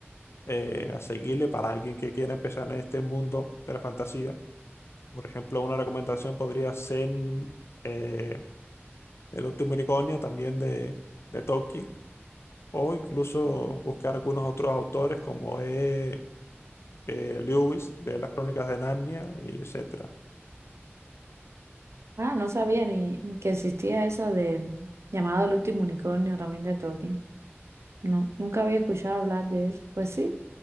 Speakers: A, on the left; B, on the right.
A: eh, asequible para alguien que quiera empezar en este mundo de la fantasía. Por ejemplo, una recomendación podría ser eh, El último unicornio, también de, de Tolkien, o incluso buscar algunos otros autores como es eh, Lewis de las Crónicas de Narnia, y etcétera.
B: Ah, no sabía ni que existía eso de llamado El Último Unicornio también de Tolkien. No, nunca había escuchado hablar de eso. Pues sí,